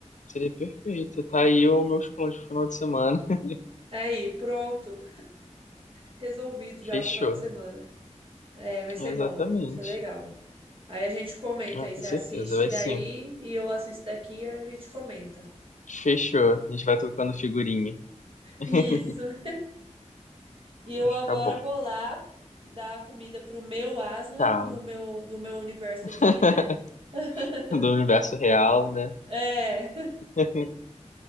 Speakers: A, on the left (about 90°); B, on the right (about 50°).
A: seria perfeito. Tá aí os meus planos pro final de semana. <laughs>
B: <laughs> Aí, pronto, resolvido já
A: Fechou.
B: o final de semana. É, vai ser
A: Exatamente.
B: bom, vai ser legal. Aí a gente comenta
A: Ah,
B: aí,
A: com
B: você
A: certeza,
B: assiste
A: vai
B: daí
A: sim.
B: e eu assisto daqui e a gente comenta.
A: Fechou. A gente vai trocando figurinha. <laughs>
B: Isso. E eu
A: Vai
B: agora
A: ficar bom.
B: vou lá dar comida pro meu aslan
A: Tá.
B: do meu do meu universo
A: <laughs>
B: aqui, né? <laughs>
A: Do universo real, né?
B: É.
A: <laughs>